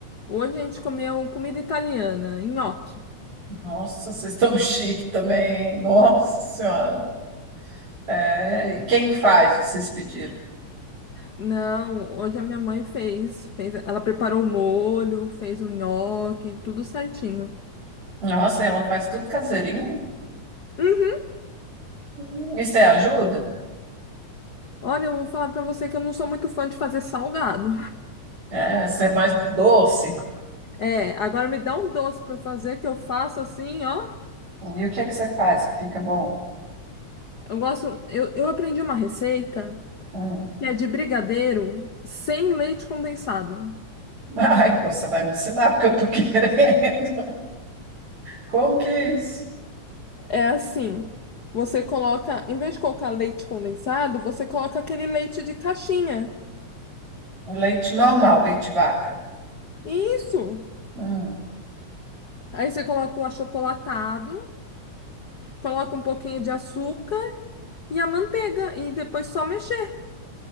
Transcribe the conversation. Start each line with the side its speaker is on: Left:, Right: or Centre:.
Left: Hoje a gente comeu comida italiana, nhoque.
Right: Nossa, vocês estão <laughs> chique também, hein? Nossa Senhora. É, e quem que faz? Vocês pediram.
Left: Não, hoje a minha mãe fez, fez, ela preparou o molho, fez o nhoque, tudo certinho.
Right: Nossa, ela faz tudo caseirinho?
Left: Uhum.
Right: Hum, E você ajuda?
Left: Olha, eu vou falar pra você que eu não sou muito fã de fazer salgado.
Right: É, você é mais doce?
Left: É, agora me dá um doce pra eu fazer que eu faço assim, ó.
Right: E o que é que você faz que fica bom?
Left: Eu gosto, eu, eu aprendi uma receita
Right: Hum.
Left: que é de brigadeiro sem leite condensado.
Right: <laughs> Ah, então você vai me ensinar, porque eu tô <laughs> querendo. Como que é isso?
Left: É assim, você coloca, em vez de colocar leite condensado, você coloca aquele leite de caixinha.
Right: Leite normal, leite de vaca.
Left: Isso.
Right: Hum.
Left: Aí você coloca um achocolatado, coloca um pouquinho de açúcar e a manteiga e depois só mexer.